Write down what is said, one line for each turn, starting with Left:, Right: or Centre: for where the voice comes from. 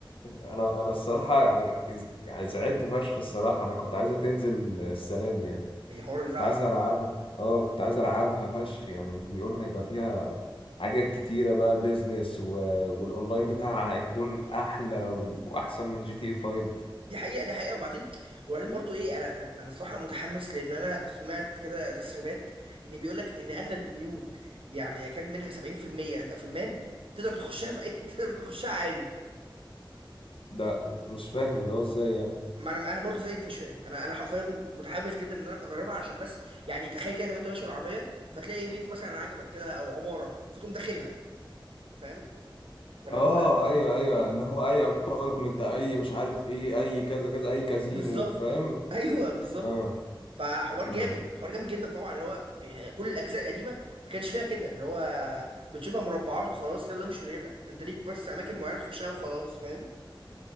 Left: انا انا الصراحه يعني يعني زعلت فشخ الصراحه انا كنت عايزه تنزل السنه دي يعني
Right: هي حوار يزعل
Left: كنت عايز العبها اه كنت عايز العبها فشخ يعني بيقولوا هيبقى فيها حاجات كتيره بقى بيزنس و... والاونلاين بتاعها هيكون احلى واحسن من جي تي اي 5
Right: دي حقيقه دي حقيقه وبعدين وبعدين برضو ايه انا انا صراحه متحمس لان انا سمعت كده تسريبات ان بيقول لك ان اغلب البيوت يعني يكاد منها 70% تبقى في الماب تقدر تخشها في اي <laughs> تقدر تخشها عادي
Left: ده مش فاهم اللي هو ازاي يعني
Right: ما انا انا برضو زيك مش فاهم انا انا حرفيا متحمس جدا ان انا اجربها عشان بس يعني تخيل كده لما انت ماشي بالعربيه فتلاقي بيت مثلا عجبك كده او عماره فتقوم داخلها فاهم فاللي
Left: اه
Right: هو
Left: ايوه ايوه اللي هو اي ابارتمنت اي مش عارف ايه اي كذا كذا اي كازينو
Right: بالظبط
Left: فاهم
Right: ايوه بالظبط
Left: اه
Right: فحوار جامد
Left: اه
Right: حوار جامد جدا طبعا اللي هو يعني كل الاجزاء القديمه ما كانش فيها كده اللي هو بتشوفها مربعات وخلاص يلا مش من هنا انت ليك بس اماكن معينه تخشها وخلاص فاهم